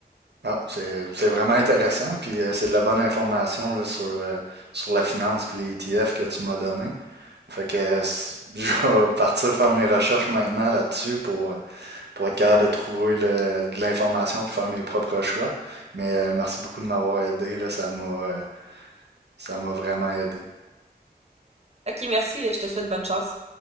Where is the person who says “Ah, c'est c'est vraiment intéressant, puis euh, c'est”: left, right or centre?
Right